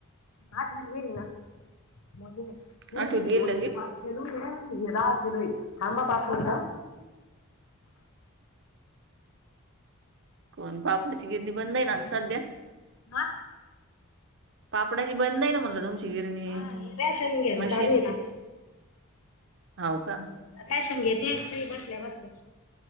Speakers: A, on the left; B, on the right.
A: आठवीत गेली ना मोठीच ए हे
B: आठवीत गेली
A: दोन ए
B: लगे.
A: अन हे पाच किलोय. थांबा पाच मिंट
B: कोण पापाची गिरणी बंद आहे ना, सध्या
A: हा.
B: पापडाची बंद आहे ना म्हटलं तुमची गिरणी.
A: हा रेशन घेन
B: मशीन
A: चालुय ना.
B: हाव का
A: राशन घेते ते ही बसल्या बसल्या